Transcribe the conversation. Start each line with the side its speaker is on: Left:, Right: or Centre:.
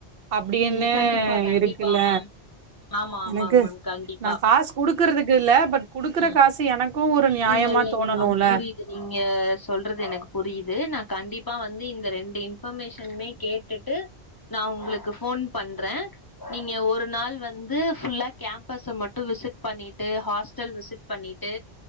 Right: அப்டின்னு
Left: ம் கண்டிப்பா கண்டிப்பா
Right: இருக்குல்ல
Left: மேம் ஆமா
Right: எனக்கு
Left: ஆமாங்க மேம் கண்டிப்பா
Right: நா காஸ் குடுக்குறதுக்குல்ல பட் குடுக்குற
Left: ம்
Right: காசு எனக்கு ஒரு நியாயமா
Left: இல்ல இல்லைங்க
Right: தோணணுல
Left: மேம் புரியுது நீங்க சொல்றது எனக் புரியுது நா கண்டிப்பா வந்து இந்த ரெண்டு இன்ஃபர்மேஷன்மே கேட் டுட்டு நா உங்ளுக்கு ஃபோன் பண்றே நீங்க ஒரு நாள் வந்து ஃபுல்லா கேம்பஸ் மட்டு விசிட் பண்ணிட்டு ஹாஸ்டல் விசிட் பண்ணிட்டு